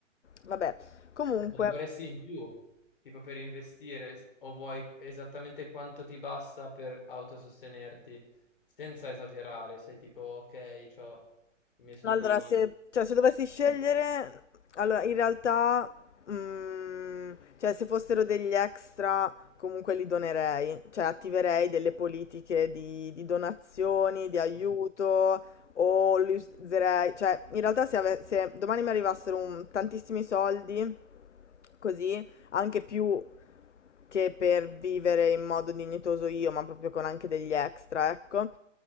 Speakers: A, on the left; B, on the left.
A: Vabbè, comunque,
B: Ne vorresti in più, tipo per investire, o vuoi esattamente quanto ti basta per autosostenerti, senza esagerare, sei tipo, ok, ho i miei soldini.
A: No, Allora, se, cioè, se dovessi scegliere, allora in realtà, mm, cioè, se fossero degli extra, comunque li donerei, cioè attiverei delle politiche di, di donazioni, di aiuto,
B: Mm.
A: o li userei, cioè, in realtà se, ave- se domani mi arrivassero un- tantissimi soldi, così, anche più che per vivere in modo dignitoso io, ma proprio con anche degli extra, ecco.